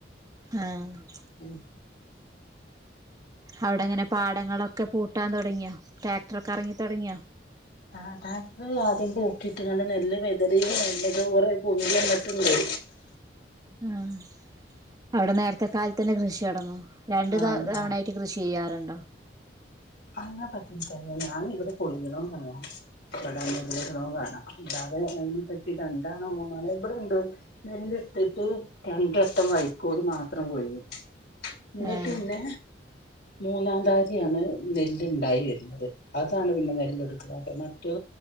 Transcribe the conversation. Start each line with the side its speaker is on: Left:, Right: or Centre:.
Right: ആഹ്
Left: ഉം
Right: അവിടെങ്ങനെ പാടങ്ങളൊക്കെ പൂട്ടാൻ തൊടങ്ങിയൊ ട്രാക്ടറൊക്കെറങ്ങി തൊടങ്ങിയൊ
Left: ആ ടാക്റ്റർ ആദ്യം പൂട്ടിട്ട്ക്കണ്ട് നെല്ല് വെതറി <unintelligible> കൊറെ പൊന്തി വന്ന്ട്ട്ണ്ട്
Right: ആഹ് അവിടെ നേരത്തെ കാലത്തന്നെ കൃഷി തൊടങ്ങുവോ രണ്ടു
Left: ആഹ്
Right: ത തവണയായിട്ട്
Left: ആഹ്
Right: കൃഷി ചെയ്യാറുണ്ടോ
Left: അങ്ങനെ പറ്റി എൻക് അറിയാ ഞാന് ഇവിടെ പൊഴിയണോ കാണാം ഇവിടല്ലടണ കാണാം ഇല്ലാതെ അതിനെ പറ്റി രണ്ടാണോ മൂന്നാണോ ഇവിടെ ഇണ്ടോ നെല്ല് ഇട്ടിട്ട് രണ്ടട്ടം വൈക്കോല് മാത്രം പൊഴിഞ്ഞു എന്നിട്ട്ന്നെ
Right: ആഹ്
Left: മൂന്നാം തകതിയാണ് നെല്ല്ണ്ടായി വരുന്നത് അതാണ് പിന്നെ നെല്ല് എടുക്കുന്നതൊക്കെ മറ്റു